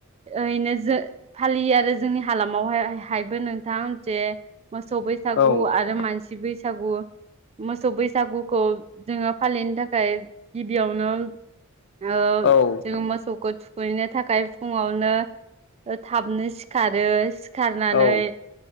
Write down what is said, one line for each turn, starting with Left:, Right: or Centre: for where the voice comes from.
Right: ओरैनो जों फालियो आरो जोंनि हालामावहाय हायबो नोंथां जे मोसौ बैसागु
Left: औ
Right: आरो मानसि बैसागु मोसौ बैसागुखौ जोङो फालिनो थाखाय गिबियावनो ओ
Left: औ
Right: जोङो मोसौखो थु खैनो थाखाय फुङावनो ओ थाबनो सिखारो। सिखारनानै
Left: औ